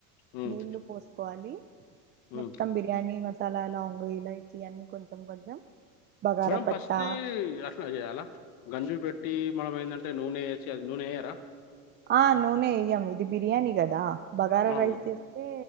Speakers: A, on the left; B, on the right.
A: హ్మ్
B: నీళ్లు పోసుకోవాలి
A: హ్మ్
B: మొత్తం బిరి ర్యానీ మసాలాలో లవంగు ఇలాచి అన్నీ కొంచెం కొంచెం బగారా
A: మేమ్
B: పత్తా
A: ఫస్ట్ అ చేయాలా గంజు పెట్టి మనం ఏంటంటే నూనె వేసి అది నూనె ఏయ్యారా
B: ఆ నూనె వేయ్యాం ఇది బిర్యానీ కదా బగారా
A: ఆ
B: రైస్ చేస్తే